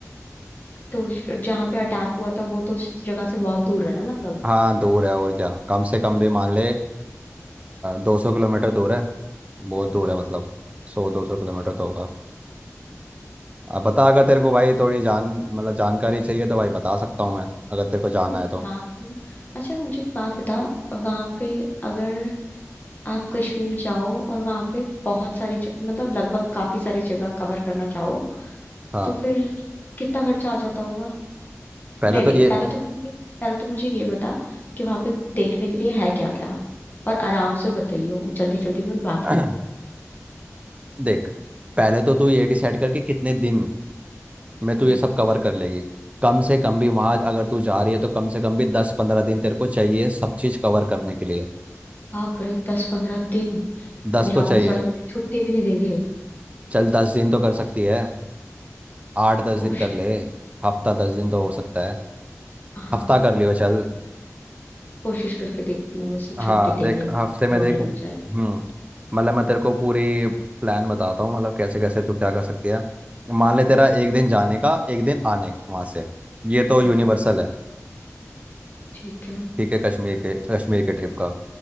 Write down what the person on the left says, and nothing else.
तो श- जहाँ पे अटैक हुआ था वो तो उस जगह से बहुत दूर है ना मतलब
हम्म
जहाँ
की- अच्छा मुझे एक बात बता वहाँ पे अगर आप कश्मीर जाओ और वहाँ पे बहुत सारी ज- मतलब लगभग काफी सारी जगह कवर करना चाहो
तो फिर कितना खर्चा आ जाता होगा
नहीं नहीं
पहले तो मुझे पहले तो मुझे ये बता कि वहाँ पे देखने के लिए है क्या क्या और आराम से बताइयो जल्दी जल्दी मत भागियो
हम्म
आप रे दस पंद्रह दिन
मेरे
ऑफिस
वाले मुझे छुट्टी भी नहीं देंगे
कोशिश
हाँ
कोशिश करके देखती हूँ वैसे छुट्टी
देंगे
नहीं
रोने
लग जाएंगे
हम्म,
ठीक है